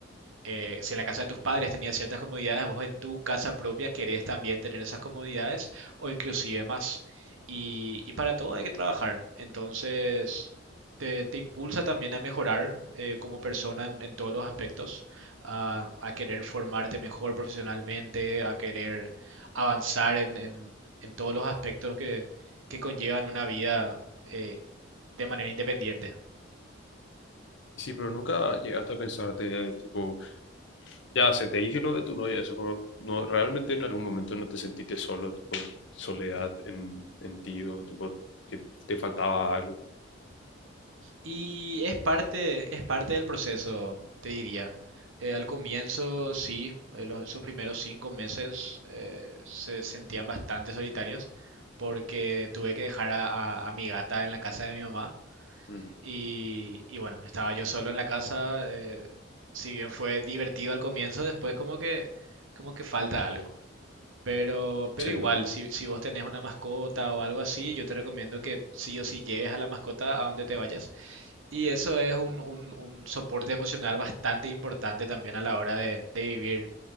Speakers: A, on the right (about 75°); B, on the left (about 65°).
A: eh, si en la casa de tus padres tenías ciertas comodidades, vos en tu casa propia querés también tener esas comodidades o inclusive más. Y, y para todo hay que trabajar. Entonces, te, te impulsa también a mejorar eh, como persona en, en todos los aspectos, a, a querer formarte mejor profesionalmente, a querer avanzar en, en- en todos los aspectos que, que conllevan una vida eh, de manera independiente.
B: Y Sí, pero nunca llegaste a pensarte, tipo... Ya, se te dije lo de tu novia, eso como, no, realmente en algún momento no te sentiste solo, tipo, soledad en, en ti, o tipo, que te faltaba algo.
A: Y es parte, es parte del proceso, te diría. Eh, al comienzo, sí, eh, los, esos primeros cinco meses eh, se sentían bastante solitarios porque tuve que dejar a, a- a mi gata en la casa de mi mamá
B: Mm,
A: y, y bueno, estaba yo solo en la casa. eh, si bien fue divertido al comienzo, después como que, como que falta algo. Pero, pero
B: sí,
A: igual,
B: uno,
A: si, si vos tenés una mascota o algo así, yo te recomiendo que sí o sí lleves a la mascota a donde te vayas y eso es un, un- un soporte emocional bastante importante también a la hora de, de vivir